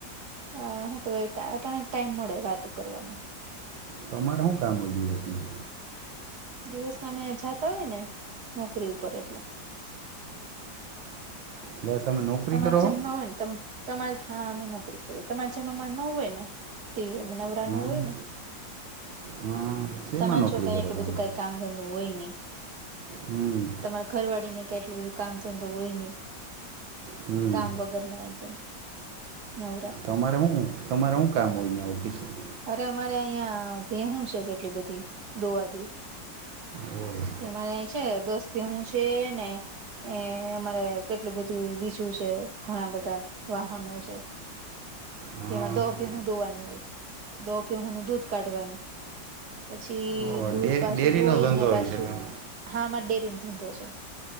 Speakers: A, on the right (about 55°); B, on the right (about 85°).
A: અ હું તો ભાઈ અટાણે જ ટાઈમ મળે વાતો કરવા ને
B: તમારે હુ કામ હોય દિવસના
A: દિવસ ના અમે જતા હોય ને નોકરી ઉપર એટલે
B: એટલે તમે નોકરી
A: તમારે
B: કરો
A: જેમ
B: હો
A: ન હોય ને તમ તમારે હા અમે નોકરી કરીએ તમારે જેમ અમારે ના અ હોય ને ફ્રી અમે ના
B: હં
A: હોઈએ ને
B: હં શેમાં
A: તમારે
B: નોકરી
A: જો ક
B: કરો
A: એટલું
B: તમે
A: બધું કઈ કામ ધંધો હોય નહી
B: હમ
A: તમારા ઘરવાળી ને કેટલું બધું કામ ધંધો હોય નહી
B: હમ
A: કામ વગર ના એકદમ નવરા
B: તમારે શું તમારે શું કામ હોય ત્યાં ઓફિસે એ
A: અરે અમારે અહિયા ભેહું છે કેટલી બધી ધોવા દી
B: હોય
A: તયે અમાંરે છે દસ ભેહું છે ને એ અમારે કેટલું બધું બીજું છે ઘણા બધા વાહનો છે
B: હં
A: તંમાં દોહપીહું દોવાની હોય ફો પીહું નું દૂધ કાઢવાનું પછી
B: ઓહ
A: દૂધ
B: ડે
A: પાછું
B: ડેરીનો
A: ધોય
B: ધંધો
A: ને
B: હોય
A: પાછું
B: છે તમે
A: હામાં ડેરીને ધંધો છે